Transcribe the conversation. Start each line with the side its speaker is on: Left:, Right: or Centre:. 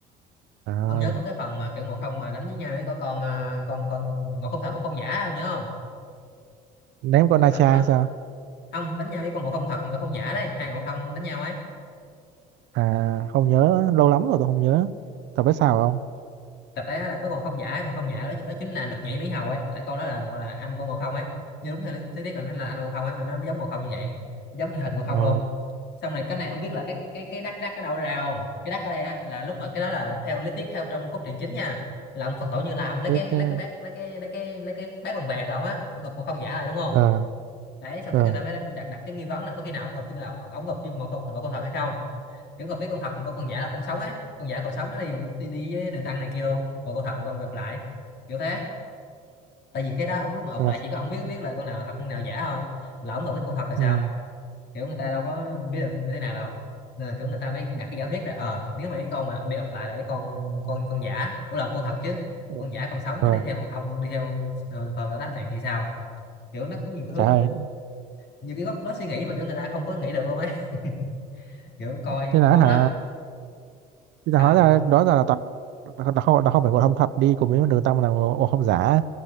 Right: trời ơi
Left: ông nhớ có cái phần mà kiểu Ngộ Không mà đánh với nhau với có con ờ, con con Ngộ Không thật Ngộ Không giả ông nhớ không
Right: ném con
Left: có
Right: Nacha
Left: cái tập đó
Right: hay sao
Left: không đánh nhau với con Ngộ Không thật Ngộ Không giả đấy hai Ngộ Không đánh nhau ấy
Right: à không nhớ lâu lắm rồi tôi không nhớ tập biết sao không
Left: tập đấy á là có con không giả con không nhả đó, đó chính là lực nhảy Mỹ Hầu ấy lại con đó là gọi là anh con Ngộ Không ấy như đúng theo lý lý thuyết là nó là anh Ngộ Không ấy nên nó mới giống Ngộ Không như vậy giống cái hình Ngộ Không
Right: ồ
Left: luôn xong này cái này ông biết là cái cái cái đắc đắc ở đâu ra không cái đắc ở đây á là lúc mà cái đó là theo lý thuyết theo trong cốt truyện chính nha là ông Phật tổ Như Lai ông lấy
Right: thế,
Left: cái
Right: thế,
Left: lấy cái bát lấy cái lấy cái lấy cái bát bằng vàng của ông á ông ngụp Ngộ Không giả lại đúng không
Right: ờ
Left: đấy xong
Right: Rồi,
Left: cái người ta mới đặt đặt cái nghi vấn là có khi nào ông ngụp cái ông, ông ngụp như Ngộ Không Ngộ Không thật hay không kiểu gặp cái con thật còn có con giả là con sống á con giả còn sống nó đi đi, đi với đường tăng này kia luôn còn con thật là con gặp lại kiểu thế tại vì cái đó ông lúc mà ụp
Right: là
Left: lại chỉ có ông biết biết là con nào là thật con nào giả thôi là ông gặp cái con thật là sao
Right: ừ.
Left: kiểu người ta đâu có biết được như thế nào đâu nên là kiểu người ta mới đặt cái giả thuyết ra ờ nếu mà cái con mà bị ụp lại là cái con con con giả ủa là con thật chứ
Right: Ừ.
Left: còn con giả còn sống
Right: Rồi,
Left: cái đi theo còn không đi theo ờ, vào đã đám tạng thì sao kiểu nó có nhiều cái hướng
Right: trời ơi,
Left: nhiều cái góc nó suy nghĩ mà kiểu người ta không có nghĩ được luôn ấy, <laughs> kiểu coi
Right: thế là
Left: cuốn
Right: hả?
Left: lắm sao
Right: Thế là hóa ra đó là, là toàn là không là không phải ngộ không thật đi cùng với đường tăng là ngộ ngộ không giả.